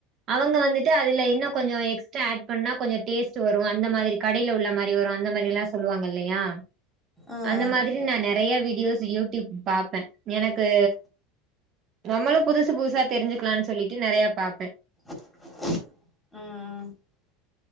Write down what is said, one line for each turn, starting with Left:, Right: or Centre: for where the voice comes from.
Right: அவுங்க வந்துட்டு அதுல இன்னும் கொஞ்சோ எக்ஸ்ட்ரா ஆட் பண்ணா கொஞ்ச டேஸ்ட்டு வரு அந்த மாதிரி கடைல உள்ள மாறி வரு அந்த மாறில்லா சொல்வாங்க இல்லயா
Centre: ம்
Right: அந்த மாதிரி நா நெறய வீடியோஸ் யூடியூப் பாப்பே எனக்கு நம்மளு புதுசு புதுசா தெரிஞ்சுக்கலான் சொல்லிட்டு நெறய பாப்ப
Centre: ம் ம்